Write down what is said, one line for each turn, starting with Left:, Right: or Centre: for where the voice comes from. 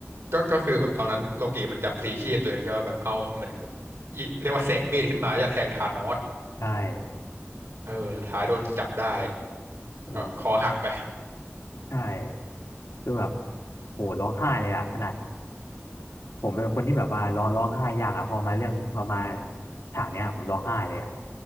Right: ก็ก็คือแบบตอนนั้นโลกิมันจะพลีชีพตัวเองใช่ป่ะแบบเอาเหมือนอิเรียกว่าเสกมีดขึ้นมาจะแทงธานอส
Left: ใช่
Right: เออสุดท้ายโดนจับได้
Left: โอ้
Right: ก็คอหักไป
Left: ใช่คือแบบโหร้องไห้เลยอะขนาดผมเป็นคนที่แบบว่าร้องร้องไห้ยากอะพอมาเรื่องพอมาฉากเนี้ยผมร้องไห้เลยอะ